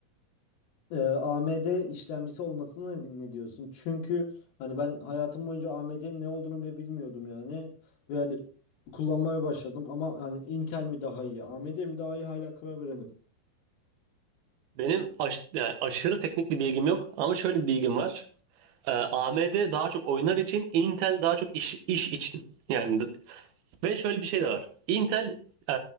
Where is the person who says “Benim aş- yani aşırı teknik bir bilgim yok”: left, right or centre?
Right